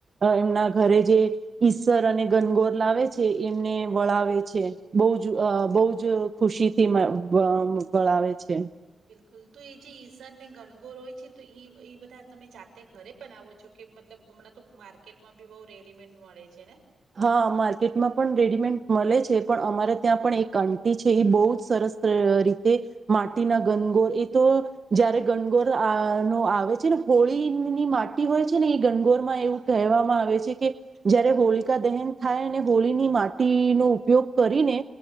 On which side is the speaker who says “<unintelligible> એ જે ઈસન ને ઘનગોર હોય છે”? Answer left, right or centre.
Right